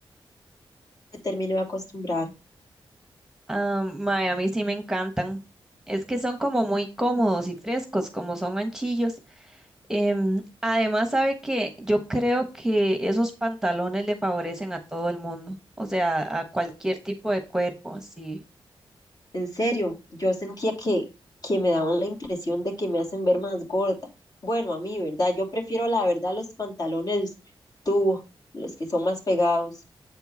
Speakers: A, on the left; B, in the centre.
A: se terminó de acostumbrar?
B: Ah, mae, a mí sí me encantan. Es que son como muy cómodos y frescos, como son anchillos. Em, además, sabe que yo creo que esos pantalones le favorecen a todo el mundo, o sea, a cualquier tipo de cuerpo, así.
A: En serio, yo sentía que, que me daban la impresión de que me hacen ver más gorda. Bueno, a mí, ¿verdad? Yo prefiero la verdad los pantalones tubo, los que son más pegados.